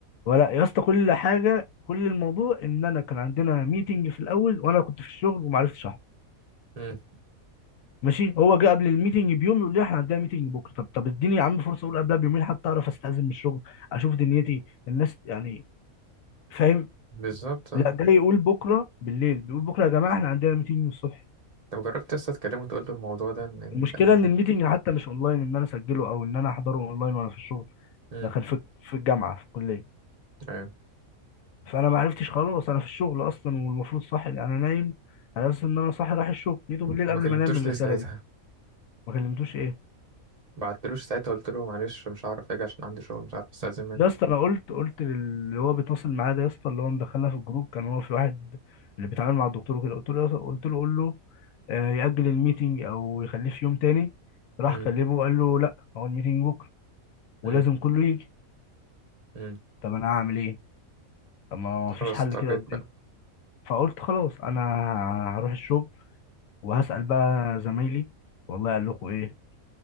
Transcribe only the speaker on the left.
ولا يا اسطى كل حاجه كل الموضوع ان انا كان عندنا ميتنج في الاول وانا كنت في الشغل وما عرفتش احضر
ماشي هو جه قبل الميتنج بيوم يقول لي احنا عندنا ميتنج بكره طب طب اديني يا عم فرصه اقول قبلها بيومين حتى اعرف استاذن من الشغل اشوف دنيتي الناس يعني فاهم
لا جاي يقول بكره بالليل بيقول بكره يا جماعه احنا عندنا ميتنج الصبح
المشكله
ان
الميتنج حتى مش اونلاين ان انا اسجله او ان انا احضره اونلاين وانا في الشغل
ده كان في في الجامعه في الكليه
فانا ما عرفتش خلاص انا في الشغل اصلا والمفروض صاحي انا نايم على اساس ان انا صاحي رايح الشغل جيته بالليل
قبل
ما انام الرساله
دي ما كلمتوش ايه
يا اسطى انا قلت قلت للي هو بيتواصل معايا ده يا اسطى اللي هو مدخلنا في الجروب كان هو في واحد اللي بيتعامل مع الدكتور وكده قلت له يا اسطى- قلت له قول له آه، يأجل الميتنج او يخليه في يوم تاني راح
كلمه قال له لا هو الميتنج بكره ولازم
كله يجي
طب انا هعمل ايه طب ما
فيش حل
كده قدامي
فقلت خلاص انا هروح الشغل وهسأل بقى زمايلي والله قال لكم ايه